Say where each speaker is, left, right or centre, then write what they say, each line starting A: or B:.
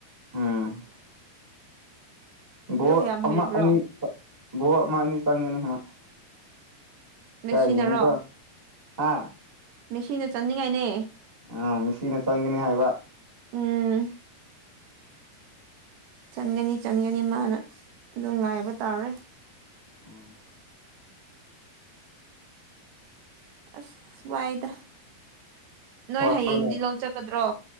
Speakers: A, on the right; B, on the right.
A: ꯎꯝ ꯒꯣ
B: ꯑꯗꯨ ꯌꯥꯝ
A: ꯑꯃ
B: ꯍꯩꯕ꯭ꯔꯣ
A: ꯑꯅꯤ ꯒꯣ ꯑꯃ ꯑꯅꯤ ꯆꯪꯒꯅꯤ ꯍꯃ
B: ꯃꯦꯁꯤꯅꯔꯣ
A: ꯑ ꯌꯦꯡꯀꯣ ꯍꯥ
B: ꯃꯤꯁꯤꯅ ꯆꯠꯅꯤꯡꯉꯥꯏꯅꯦ
A: ꯑꯥ ꯃꯤꯁꯤꯅ ꯆꯪꯒꯅꯤ ꯍꯥꯏꯕ
B: ꯎꯝ ꯆꯟꯒꯅꯤ ꯆꯟꯒꯅꯤ ꯃꯥꯅ ꯑꯗꯨꯝ ꯉꯥꯏꯕ ꯇꯥꯔꯦ
A: ꯑꯣ
B: ꯑꯁ ꯋꯥꯏꯗ ꯅꯣꯏ
A: ꯍꯣꯏꯅꯦ
B: ꯍꯌꯦꯡꯗꯤ ꯂꯧ ꯆꯠꯀꯥꯗ꯭ꯔꯣ